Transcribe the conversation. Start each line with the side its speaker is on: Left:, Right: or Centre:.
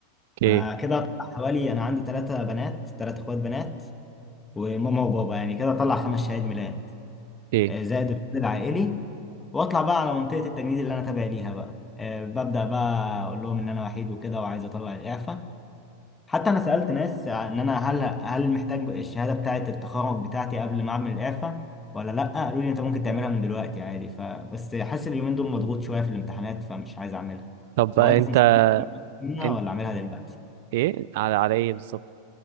Right: اوكي
Left: فكده اطلع حوالي انا عندي ثلاثه بنات ثلاث اخوات بنات وماما وبابا يعني كده اطلع خمس شهاده ميلاد
Right: اوكي
Left: آه، زائد الرصيد العائلي واطلع بقى على منطقه التجنيد اللي انا تابع ليها بقى آه، ببدا بقى اقول لهم ان انا وحيد وكده وعايز اطلع الاعفاء حتى انا سالت ناس ان انا هل هل محتاج الشهاده بتاعه التخرج بتاعتي قبل ما اعمل الاعفاء ولا لا قالوا لي انت ممكن تعملها من دلوقتي عادي فبس حاسس اليومين دول مضغوط شويه في الامتحانات فمش عايز اعملها
Right: طب بقى
Left: هو انت
Right: انت
Left: تنصحني أعملها
Right: انت
Left: ولا اعملها دلوقتي
Right: ايه على على ايه بالظبط